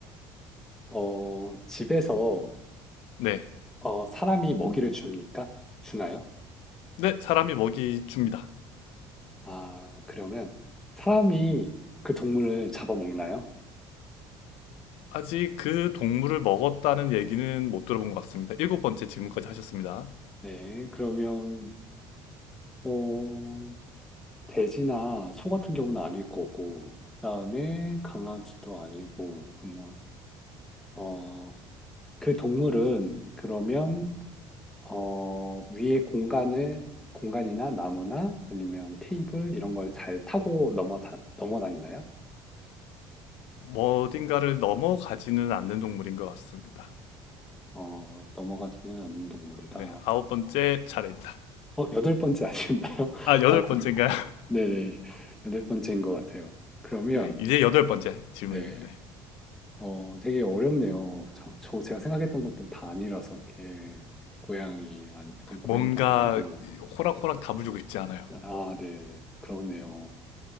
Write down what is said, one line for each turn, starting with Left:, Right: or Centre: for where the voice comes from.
Centre: 어, 집에서,
Left: 네,
Centre: 어, 사람이 먹이를 줍니까? 주나요?
Left: 네 사람이 먹이 줍니다.
Centre: 아, 그러면, 사람이 그 동물을 잡아먹나요?
Left: 아직 그 동물을 먹었다는 얘기는 못 들어본 것 같습니다. 일곱 번째 질문까지 하셨습니다.
Centre: 네. 그러면, 어, 돼지나 소 같은 경우는 아닐 거고, 그다음에 강아지도 아니고, 그러면 어, 그 동물은 그러면 어, 위에 공간을 공간이나 나무나 아니면 테이블 이런 걸 잘 타고 넘어 다, 넘어 다니나요?
Left: 뭐 어딘가를 넘어가지는 않는 동물인 것 같습니다.
Centre: 어, 넘어가지는 않는 동물이다.
Left: 네, 아홉 번째 차례입니다.
Centre: 어, 여덟 번째 아었나요
Left: 아,
Centre: <laughs>
Left: 여덟
Centre: 아,
Left: 번째인가요?
Centre: 네네. 여덟 번째인 것 같아요. 그러면
Left: 네, 이제 여덟 번째 질문입니다.
Centre: 네.
Left: 네.
Centre: 어, 되게 어렵네요. 참, 저 제가 생각했던 것들 다 아니라서 이렇게 고양이 아니 약간 고양이도
Left: 뭔가
Centre: 아니고
Left: 호락호락 답을 주고 싶지 않아요.
Centre: 아, 네. 그러네요.